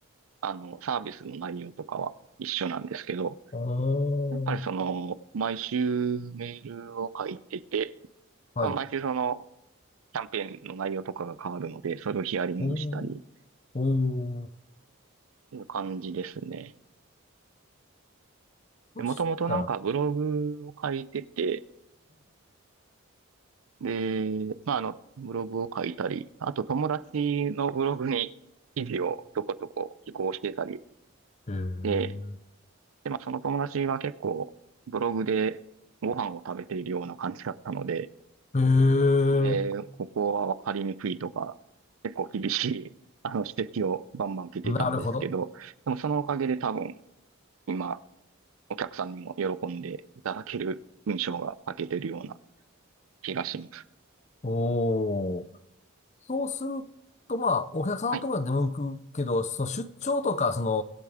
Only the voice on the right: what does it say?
あの、サービスの内容とかは一緒なんですけど、
やっぱりその、
毎週メールを書いてて、
まあ、毎週その、キャンペーンの内容とかが変わるので、それをヒアリングしたりっ
ていう感じですね。
で、もともとなんかブログを書いてて、で、まあ、あの、ブログを書いたり、あと友達のブログに記事をちょこちょこ寄稿してたり
で、
で、まあ、その友達は結構ブログでご飯を食べているような感じだったので、
で、
ここは分かりにくいとか、結構厳しい、あの、指摘をバンバン受けてたんですけど、
でもそのおかげで多分今、お客さんにも喜んでいただける文章が書けてるような気がします。
はい。